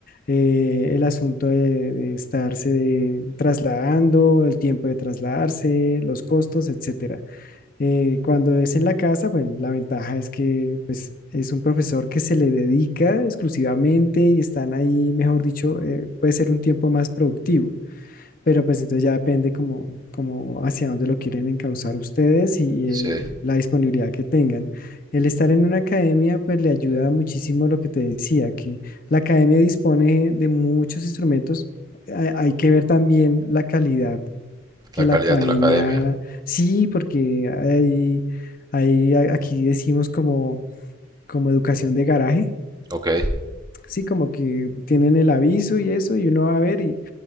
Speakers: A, on the left; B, on the right.
A: eh, el asunto de, de estarse trasladando, el tiempo de trasladarse, los costos, etcétera. Eh, cuando es en la casa, bueno, la ventaja es que pues, es un profesor que se le dedica exclusivamente y están ahí, mejor dicho, eh, puede ser un tiempo más productivo, pero pues entonces ya depende como, como hacia dónde lo quieren encauzar ustedes y
B: sí,
A: eh, la disponibilidad que tengan. El estar en una academia pues le ayuda muchísimo lo que te decía, que la academia dispone de muchos instrumentos. Hay hay que ver también la calidad
B: la
A: que
B: calidad
A: la academia,
B: de la academia.
A: sí, porque hay, hay, a- aquí decimos como, como educación de garaje,
B: Ok,
A: sí, como que tienen el aviso y eso, y uno va a ver y